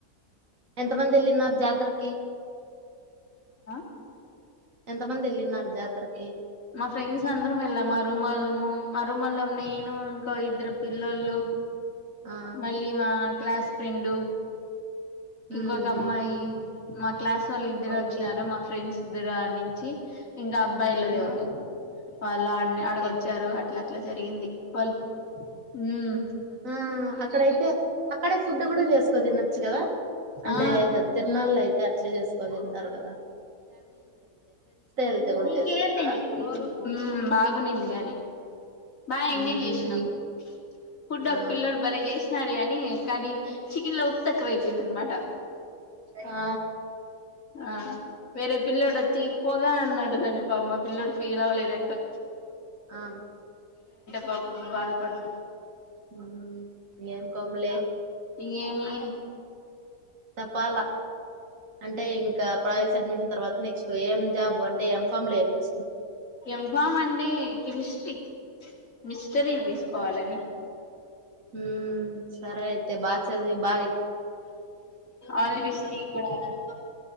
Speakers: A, on the right; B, on the left.
A: ఎంత మంది ఎళ్ళినార్ జాతరకి
B: ఆ
A: ఎంత మంది ఎళ్ళిన్నారు జాతరకి
B: మా ఫ్రెండ్స్ అందరం వెళ్ళం మా రూమోలము మారూమోలం నేను ఇంకా ఇద్దరు పిల్లోలు
A: ఆ
B: మళ్ళీ మా క్లాస్ ఫ్రెండు
A: ఉమ్
B: ఇంకొక అమ్మాయి మక్ క్లాస్ వాళ్ళు ఇద్దరు
A: ఓకే
B: వచ్చినారు మా ఫ్రెండ్స్ దూరనించి ఇంకా అబ్బాయిలదే
A: ఉమ్
B: వాళ్ళు ఆడిని
A: ఓకే
B: ఆడగొచ్చారు అట్లా అట్లా జరిగింది వాల్ ఊమ్
A: ఊమ్ అక్కడయితే అక్కడే ఫుడ్ కూడా చేసుకో తినొచ్చు కదా అంటే
B: ఆ
A: ఏద్ తిరున్నా మళ్ళ అయితే అట్లే చేసుకోని తింటారు గదా వెళ్తే కూడా
B: ఊమ్
A: చేసుకుంటారా
B: ఊమ్ బాగునింది గాని బాగా
A: ఉమ్
B: ఎంజాయ్ చేసినాం ఫుడ్
A: ఆ
B: ఒక పిల్లడు భలే చేసినాడే అని కానీ చికెన్ లో ఉప్ తక్కువై పోయిందనమాట
A: ఆ
B: ఆ వేరే పిలొడోచ్చి పోగాన్నడు కని ఆ పిల్లోడు పాపం ఫీల్ అవలేదేటో
A: ఆ
B: పాపం బాదపడ్
A: ఉమ్ ఏమ్ కొమ్ లే <inaudible>
B: ఇగేమీ
A: చెప్పాల అంటే ఇంకా ప్రాజెక్ట్స్ అడ్మిషన్ తర్వాత, నెక్స్ట్ ఏం జాబ్ అంటే ఏం ఫమ్ లేం జూస్
B: ఎంఫా మండే కెమిస్త్రీ మిస్ చర్యలు తీసుకోవాలండి
A: మ్ సరె అయితే బా చద్వి బా
B: ఆల్ ది బెస్ట్ <unintelligible>